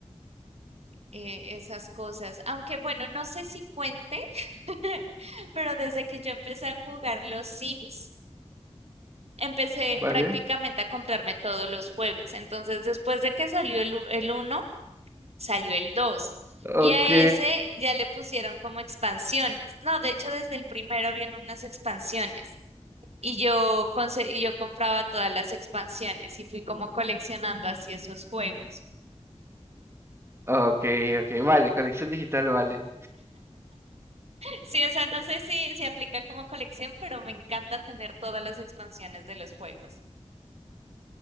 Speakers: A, on the right; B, on the right.
A: eh, esas cosas. Aunque bueno, no sé si cuente, <laughs> pero desde que yo empecé a jugar los Sims, empecé
B: ¿Vale?
A: prácticamente a comprarme todos los juegos. Entonces, después de que salió el, u- el 1, salió el dos,
B: Ok,
A: Y a ese ya le pusieron como expansiones. No, de hecho, desde el primero vienen unas expansiones. Y yo, conse- y yo compraba todas las expansiones y fui como coleccionando así esos juegos. <laughs>
B: ok, ok. Vale, colección digital, vale.
A: Sí, o sea, no sé si, si aplica como colección, pero me encanta tener todas las expansiones de los juegos.